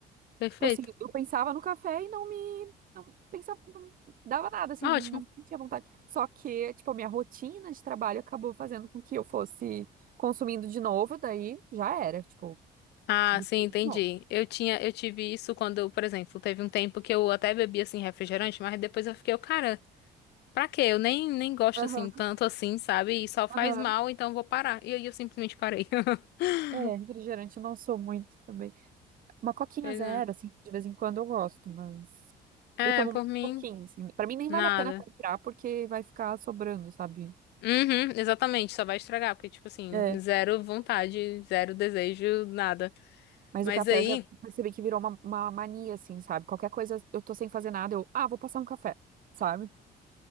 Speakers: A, on the left (about 80°); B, on the right (about 55°).
A: Perfeito.
B: Tipo assim, eu pensava no café e não me. Não pensava, não dava nada, assim,
A: Ótimo.
B: eu não tinha vontade. Só que, tipo, a minha rotina de trabalho acabou fazendo com que eu fosse consumindo de novo, daí já era, tipo,
A: Ah,
B: viciei
A: sim, entendi.
B: de novo.
A: Eu tinha, eu tive isso quando, por exemplo, teve um tempo que eu até bebi assim refrigerante, mas depois eu fiquei, cara, pra quê? Eu nem, nem gosto
B: Aham,
A: assim tanto assim, sabe? E só faz
B: aham.
A: mal, então eu vou parar. E aí eu simplesmente parei. <laughs>
B: É, refrigerante eu não sou muito também. Uma coquinha
A: Pois
B: zero, assim, de vez em quando eu gosto, mas
A: É,
B: eu tomo
A: É, por
B: muito
A: mim,
B: pouquinho, assim. Pra mim nem
A: nada.
B: vale a pena comprar porque vai ficar sobrando, sabe?
A: Uhum, exatamente, só vai estragar, porque tipo assim,
B: É,
A: zero vontade, zero desejo, nada.
B: mas
A: Mas
B: o café
A: aí,
B: eu já percebi que virou uma, uma mania, assim, sabe? Qualquer coisa, eu tô sem fazer nada, eu, ah, vou passar um café, sabe?